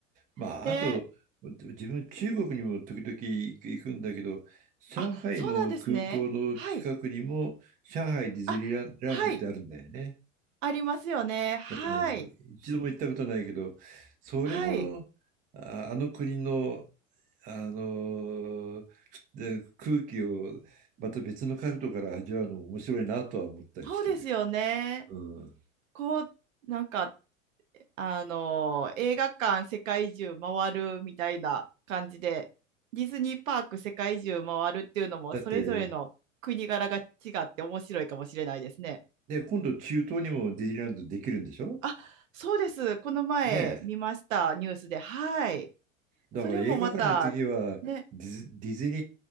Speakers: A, on the right; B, on the right.
A: <laughs>
B: まあ、
A: ね、
B: あと、自分、中国にも時々行く行くんだけど、上海の空港の近くにも、
A: あ、そうなんですね。はい。
B: 上海ディズニーランランドってあるんだよね。
A: あ、はい。ありますよね。はい。
B: うん、一度も行ったことないけど、それも、
A: はい。
B: あ、あの国の、あので空気をまた別の角度から味わうのも面白いなとは思ったりしてる。
A: そうですよね。
B: うん、
A: こう、なんか、あの映画館世界中回るみたいな感じで、ディズニーパーク世界中回るっていうのも、
B: だって、
A: それぞれの国柄が違って面白いかもしれないですね。
B: で、今度中東にもディズニーランドできるんでしょ
A: あ、そうです。この前見ました、
B: ね
A: ニュースで。はい。
B: だから映画館の次はディズ、
A: それもまた、ね、
B: ディズニ